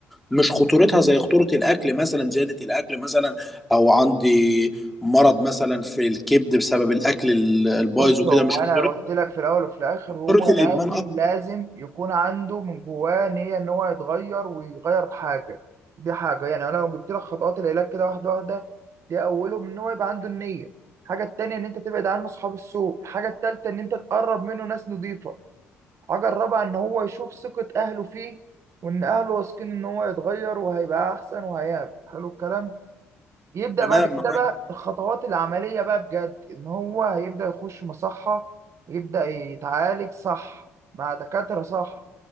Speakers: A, in the centre; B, on the right.
A: مش خطورتها زي خطورة الأكل مثلا زيادة الأكل مثلا أو عندي مرض مثلا في الكبد بسبب الأكل ال- البايظ
B: بص
A: وكده
B: هو
A: مش خطورة
B: انا قلت لك في الاول وفي الاخر هو
A: خطورة الإدمان
B: لازم
A: أكتر
B: لازم يكون عنده من جواه نيه ان هو يتغير ويغير حاجه دي حاجه يعني انا لو جبت لك خطوات العلاج كده واحده واحده دي اولهم ان هو يبقى عنده النيه الحاجه التانيه ان انت تبعد عنه اصحاب السوء الحاجه التالته ان انت تقرب منه ناس نظيفه حاجة الرابعة إن هو يشوف ثقة أهله فيه وإن أهله واثقين إن هو يتغير وهيبقى أحسن وهيعمل حلو الكلام يبدأ
A: تمام
B: بعد كده
A: معاك
B: بقى الخطوات العملية بقى بجد إن هو هيبدأ يخش مصحة يبدأ يتعالج صح مع دكاترة صح